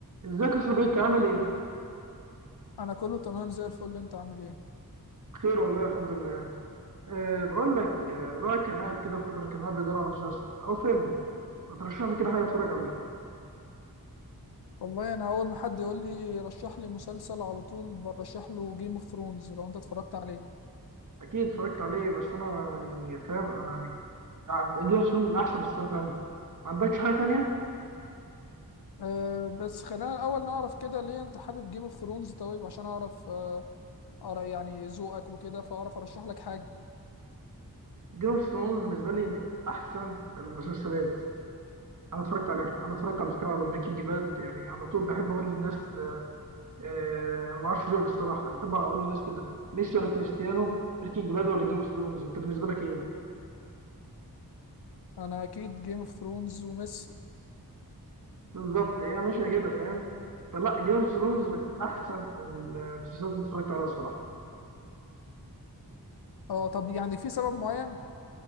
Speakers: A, on the right (about 55°); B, on the left (about 85°).
A: ازيك يا صديقي عامل ايه؟
B: انا كله تمام زي الفل انت عامل ايه
A: بخير والله الحمد لله. أه بقول لك آه، الواحد كان قاعد كده فترة كان قاعد بيدور على مسلسل أو فيلم، ما ترشح لي كده حاجة أتفرج عليه.
B: والله انا اول ما حد يقول لي رشح لي مسلسل على طول برشح له جيم اوف ثرونز لو انت اتفرجت عليه
A: أكيد اتفرجت عليه بس أنا يعني فاهم يعني جيم اوف ثرونز من أحسن المسلسلات عندي. ما عندكش حاجة تانية؟
B: أه بس خلينا الاول نعرف كده ليه انت حابب جيم اوف ثرونز طيب عشان اعرف أه أعرف- يعني ذوقك وكده فاعرف ارشح لك حاجه
A: جيم اوف ثرونز بالنسبة لي من أحسن المسلسلات. أنا اتفرجت عليها، أنا اتفرجت على فكرة على بريكنج باد يعني على طول بحب أقول للناس أه أنا ما أعرفش ذوقك الصراحة، أنا بحب أقول للناس كده ميسي ولا كريستيانو بريكنج باد ولا جيم اوف ثرونز، أنت بالنسبة لك إيه؟
B: انا اكيد جيم اوف ثرونز وميسي
A: بالظبط هي ماشيه كده فاهم فلا جيم اوف ثرونز من احسن المسلسلات اللي اتفرجت عليها الصراحه
B: اه طب يعني في سبب معين